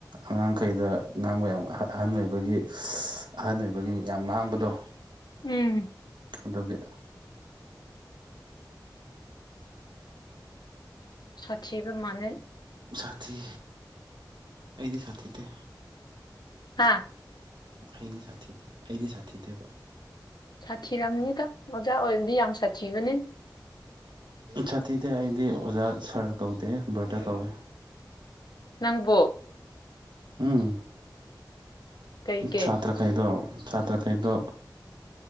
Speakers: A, on the right; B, on the left.
A: ꯑꯉꯥꯡꯈꯩꯗ ꯉꯥꯡꯕ ꯌꯥꯝ ꯑꯍꯟ ꯑꯣꯏꯕꯒꯤ ꯑꯍꯟ ꯑꯣꯏꯕꯒꯤ ꯌꯥꯝ ꯉꯥꯡꯕꯗꯣ
B: ꯎꯝ
A: ꯑꯗꯨꯒꯤ
B: ꯁꯥꯇꯕꯨ ꯃꯅ
A: ꯁꯥꯊꯤ ꯑꯩꯗꯤ ꯁꯥꯊꯤꯗꯦ
B: ꯍꯥꯥ
A: ꯑꯩꯗꯤ ꯁꯥꯊꯤꯗꯦ ꯑꯩꯗꯤ ꯁꯥꯊꯤꯗꯦꯕ
B: ꯁꯥꯊꯤꯔꯝꯅꯤꯗ ꯑꯣꯖꯥ ꯑꯣꯏꯕꯗꯤ ꯌꯥꯝ ꯁꯥꯊꯤꯕꯅꯤ
A: ꯁꯥꯊꯤꯗ ꯑꯩꯗꯤ ꯑꯣꯖꯥ ꯁꯥꯔ ꯀꯧꯗꯦ ꯕꯔꯗꯔ ꯀꯧꯋꯦ
B: ꯅꯪꯕꯨꯣ
A: ꯎꯝ
B: ꯀꯩꯒꯤ
A: ꯁꯥꯇ꯭ꯔꯈꯩꯗꯣ ꯁꯥꯇ꯭ꯔꯈꯩꯗꯣ